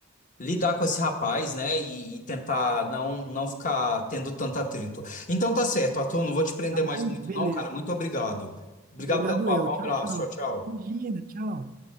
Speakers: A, on the left; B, on the right.
A: lidar com esse rapaz, né? E, e tentar não, não ficar tendo tanto atrito. Então tá certo, Arthur, não vou te prender
B: tá bom?
A: mais muito
B: Beleza.
A: não, cara. Muito obrigado. Obrigado
B: Obrigado
A: pelo papo,
B: eu.
A: um
B: Tchau,
A: abraço,
B: tchau.
A: tchau, tchau.
B: Imagina, tchau.